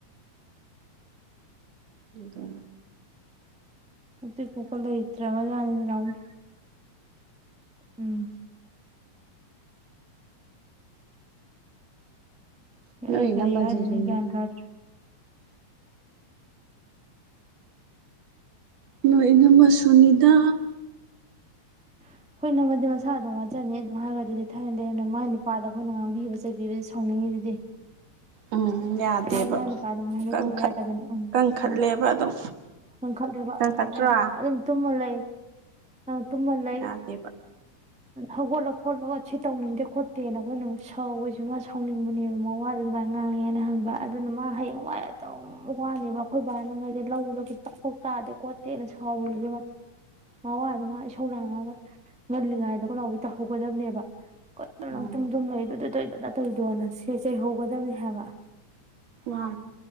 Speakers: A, on the right (about 60°); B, in the centre.
A: ꯍꯗ
B: ꯃꯦ ꯀꯣꯛꯀ ꯂꯩꯇꯔꯕ ꯖꯠꯅꯤ ꯅꯥꯎꯕꯤ ꯎꯝ
A: ꯅꯣꯏ
B: ꯑꯩ ꯀꯔꯤ
A: ꯏꯅꯝꯃꯁꯤꯁꯨꯅꯤꯗ
B: ꯍꯥꯏꯗꯨꯏꯅꯣ ꯒꯌ꯭ꯥꯟ ꯇꯥꯗ꯭ꯔ°
A: ꯅꯣꯏ ꯏꯅꯥꯝꯃꯁꯨꯅꯤꯗ
B: ꯑꯩꯈꯣꯏꯅ ꯑꯃꯗꯤꯗꯤ ꯃꯁꯥ ꯑꯗꯨꯝ ꯋꯥꯖꯅꯤ ꯑꯗꯨꯝ ꯍꯥꯏꯔꯒ ꯑꯗꯨꯗꯤ ꯊꯥꯏꯅꯟꯗꯩ ꯍ ꯃꯥꯏ ꯅꯨꯄꯥꯗ ꯑꯩꯈꯣꯏꯅ ꯉꯥꯡꯕꯤꯕ ꯆꯩꯕꯤꯕꯗꯤ ꯁꯥꯎꯅꯤꯡꯉꯤꯗꯨꯗꯤ
A: ꯎꯝ ꯌꯥꯗꯦꯕ
B: ꯃꯥ ꯃꯥ ꯅꯨꯄꯥꯗ ꯉꯑꯥꯡ ꯅ
A: ꯀꯟꯈꯠ
B: ꯇꯕ ꯌꯥꯗꯕꯅꯦ
A: ꯀꯟꯈꯠꯂꯦꯕ ꯑꯗꯨꯝ
B: ꯀꯟꯈꯠꯂꯦꯕ
A: ꯀꯟꯈꯠꯇ꯭ꯔꯥ
B: ꯎꯝ ꯑꯗꯨꯝ ꯇꯨꯝꯃ ꯂꯩ ꯑ ꯇꯨꯃ ꯂꯩ
A: ꯌꯥꯗꯦꯕ
B: ꯍꯧꯒꯠꯂ ꯈꯣꯠꯂꯒ ꯁꯤ ꯇꯧꯅꯤꯡꯗꯦ ꯈꯣꯠꯇꯦꯅ ꯑꯩꯈꯣꯏꯅ ꯁꯧꯈꯣꯏꯁꯁꯨ ꯃꯥ ꯁꯥꯎꯅꯤꯡꯕꯅꯦꯕ ꯃꯋꯥꯗ ꯑꯗꯨꯃꯥꯏꯅ ꯉꯥꯡꯉꯦꯅ ꯍꯟꯕ ꯑꯗꯨꯅ ꯃꯥ ꯍꯌꯦꯡꯋꯥꯏ ꯑꯗꯨꯝ ꯋꯥꯅꯦꯕ ꯑꯩꯈꯣꯏ ꯕꯥꯅꯉꯩꯁꯦ ꯂꯧꯗ ꯇꯛꯈꯣꯛ ꯇꯥꯗꯦ ꯈꯣꯠꯇꯦꯅ ꯁꯥꯎꯋꯒꯦꯕ ꯃꯥꯋꯥꯗ ꯃꯥ ꯏꯁꯧꯔꯥꯡꯉꯒ ꯉꯜꯂꯤꯉꯩꯗ ꯀꯅꯥꯎꯗꯤ ꯇꯧꯍꯧꯒꯗꯕꯅꯦꯕ
A: ꯎꯝ
B: ꯇꯨꯝ ꯇꯨꯝ ꯂꯩꯗꯣ ꯇꯧꯗꯣꯅ ꯁꯦꯆꯩ ꯍꯧꯒꯗꯕꯅꯤ ꯍꯥꯏꯕ
A: ꯋꯥ